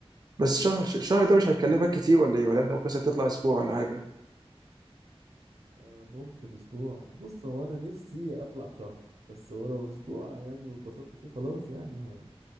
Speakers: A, on the right (about 40°); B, on the right (about 85°).
A: بس شهر الشهر ده مش هيكلفك كتير ولا ايه؟ ولا انت ممكن مثلاً تطلع اسبوع ولا حاجه؟
B: آه، ممكن اسبوع بص هو انا نفسي اطلع شهر بس هو لو اسبوع يعني واتبسطت فيه خلاص يعني ها